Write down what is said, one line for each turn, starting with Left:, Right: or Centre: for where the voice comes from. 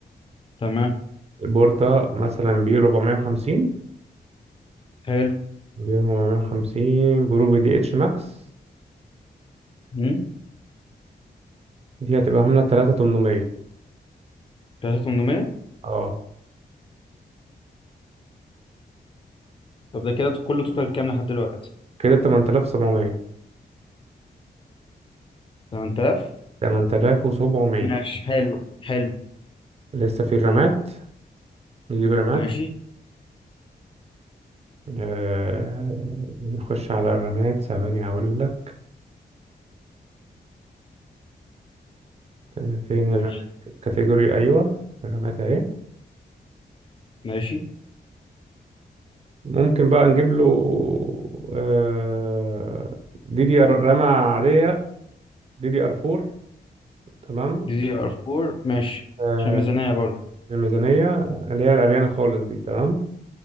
Left: تمام
Right: البوردة مثلا بي 450
Left: حلو
Right: بي 450 برو في دي اتش ماكس
Left: امم
Right: دي هتبقى عاملة 3800
Left: 3800
Right: اه
Left: طب ده كده كله توتال كام لحد دلوقتي؟
Right: كده 8700
Left: 8000
Right: 8700
Left: ماشي حلو حلو
Right: لسه في الرامات نجيب رامات
Left: ماشي
Right: آه... نخش على الرامات ثواني هقول لك آه، فين
Left: قول
Right: الرامات كاتيجوري ايوه الرامات اهي
Left: ماشي
Right: ممكن بقى نجيب له آه... دي دي ار رامة عادية دي دي ار 4 تمام
Left: دي دي ار 4 ماشي
Right: آه...
Left: عشان ميزانية برضه
Right: الميزانية اللي هي العريانة خالص دي تمام